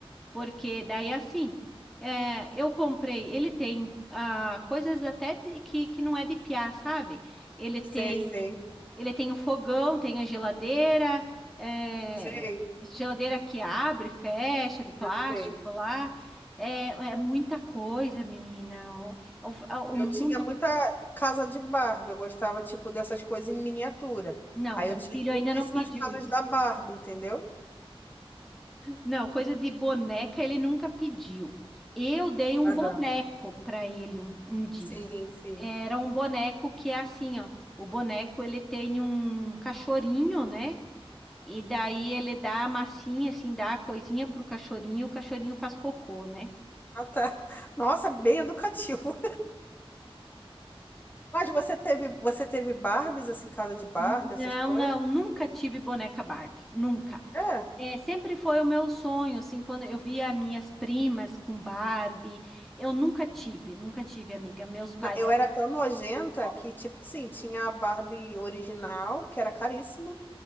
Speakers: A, in the centre; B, on the left (about 20°).
A: Porque daí assim, é, eu comprei, ele tem ah, coisas até de- que, que não é de piar, sabe? Ele tem
B: Sei, sei,
A: ele tem o fogão, tem a geladeira, é,
B: sei,
A: geladeira que abre, e fecha, de plástico
B: sei. sei.
A: lá. É, é muita coisa, menina. O, o,
B: Eu
A: o mundo.
B: tinha muita casa de Barbie, eu gostava, tipo, dessas coisas em miniatura.
A: Não,
B: Aí
A: meu
B: eu tinha
A: filho
B: tudo
A: ainda não
B: isso
A: pediu
B: nas casas
A: isso.
B: da Barbie, entendeu?
A: Não, coisa de boneca ele nunca pediu. Eu dei um
B: Aham.
A: boneco para ele um, um dia.
B: Sim, sim.
A: Era um boneco que é assim, ó. O boneco ele tem um cachorrinho, né? E daí ele dá a massinha, assim, dá a coisinha pro cachorrinho, o cachorrinho faz cocô, né?
B: Ah, tá. Nossa, bem educativo. Mas você teve, você teve Barbies, assim, casa de Barbie,
A: Não,
B: essas coisas?
A: não, nunca tive boneca Barbie, nunca.
B: É.
A: É, sempre foi o meu sonho, assim, quando eu via minhas primas com Barbie, eu nunca tive, nunca tive, amiga. Meus pais
B: Na- Eu
A: eram
B: era tão nojenta
A: bem pobres.
B: que, tipo assim, tinha a Barbie original, que era caríssima,